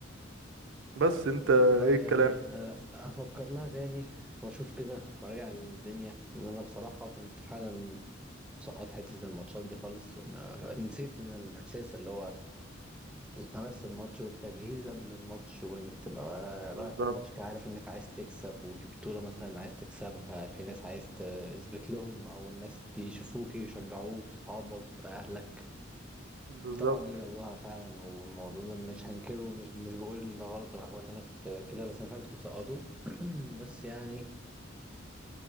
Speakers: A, on the right (about 70°); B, in the centre.
A: بس انت
B: والله
A: ايه
B: يعني
A: الكلام
B: ه- هفكر لها تاني واشوف كده وارجع الدنيا ان انا بصراحة كنت فعلا مسقط حتة الماتشات دي خالص وإن- نسيت ان الاحساس اللي هو الحماس للماتش والتجهيز قبل الماتش وانك تبقى
A: بالظبط
B: رايح الماتش كده عارف انك عايز تكسب وفي بطولة مثلا عايز تكسبها في ناس عايز تثبت لهم او الناس يشوفوك يشجعوك صحابك اهلك
A: بالظبط
B: طبعا ليه جوها فعلا والموضوع ده مش هنكره ومش مش بقول ان ده غلط ولا ولا انا كنت كده بس انا فعلا كنت مسقطه <clears throat> بس يعني